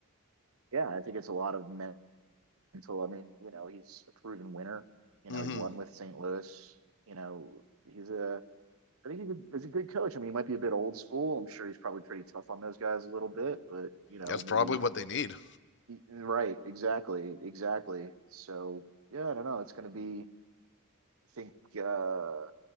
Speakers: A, on the right; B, on the left.
A: yeah, I think it's a lot of mental. I mean, you know, he's a proven winner. You
B: hmm
A: know, he won with St. Louis. You know, he's a I think he's a, he's a good coach. I mean, he might be a bit old school. I'm sure he's probably pretty tough on those guys a little bit, but you know,
B: That's
A: maybe
B: probably what they need.
A: right, exactly, exactly. So yeah, I don't know. It's going to be, I think, uh,